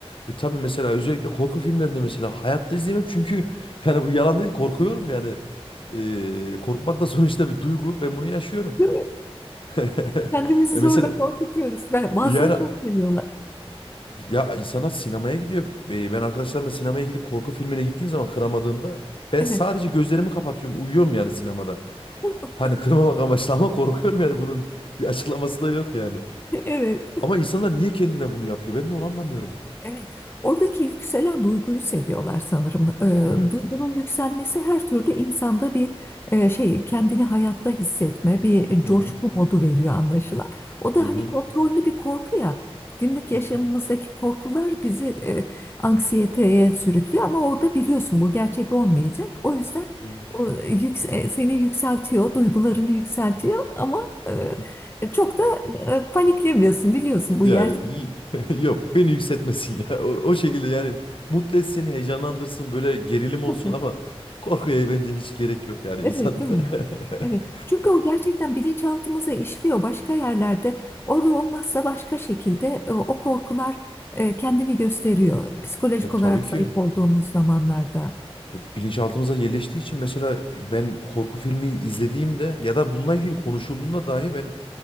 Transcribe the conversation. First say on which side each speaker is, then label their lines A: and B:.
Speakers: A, on the left; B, on the left.
A: E tabii mesela özellikle korku filmlerinde mesela hayatta izleyemem çünkü <laughs> yani bu yalan değil korkuyorum yani. Ee, korkmak da sonuçta bir duygu. Ben bunu yaşıyorum.
B: Değil mi?
A: <laughs>
B: Kendimizi
A: E
B: zorla
A: mesela
B: korkutuyoruz. Ben, bazıları
A: Yani
B: çok seviyorlar.
A: ya insanlar sinemaya gidiyor. Ee, Ben arkadaşlarımla sinemaya gidip korku filmine gittiğim zaman kıramadığımda ben
B: Evet,
A: sadece gözlerimi kapatıyorum. Uyuyorum yani sinemada.
B: <laughs>
A: Hani kırmamak amaçlı ama korkuyorum yani bunun bir açıklaması da yok yani.
B: evet.
A: Ama insanlar niye kendine bunu yapıyor? Ben de onu anlamıyorum.
B: Evet, oradaki yükselen duyguyu seviyorlar sanırım. Ee,
A: Evet.
B: duygunun yükselmesi her türlü insanda bir e, şey, kendini hayatta hissetme, bir coşku
A: Hı hı.
B: modu veriyor anlaşılan. O da
A: Hı hı.
B: hani kontrollü bir korku ya. Günlük yaşamımızdaki
A: Hı hı.
B: korkular bizi e, anksiyeteye sürüklüyor ama orada biliyorsun bu gerçek olmayacak. O yüzden
A: Hı
B: o yükse- e, seni yükseltiyor, duygularını yükseltiyor ama
A: hı.
B: e, çok da e, paniklemiyorsun biliyorsun bu
A: Ya
B: gerçek.
A: iyi. <laughs> yok beni yükseltmesin ya. O, o şekilde yani mutlu etsin, heyecanlandırsın, böyle gerilim olsun
B: <laughs>
A: ama korkuya bence hiç gerek yok yani
B: Evet,
A: insan.
B: değil mi?
A: <laughs>
B: Evet. Çünkü o gerçekten bilinçaltımıza işliyor başka yerlerde. Orada olmazsa başka şekilde e, o korkular e, kendini gösteriyor. Psikolojik
A: Ya
B: olarak
A: tabii ki
B: zayıf olduğumuz zamanlarda.
A: e, bilinçaltımıza yerleştiği için mesela ben korku filmi izlediğimde ya da bununla ilgili konuşulduğunda dahi ben